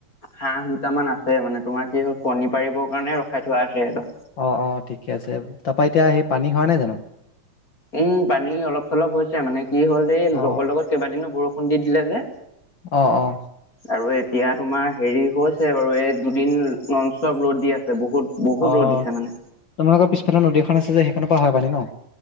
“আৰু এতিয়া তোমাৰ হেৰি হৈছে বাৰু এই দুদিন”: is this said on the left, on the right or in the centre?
Left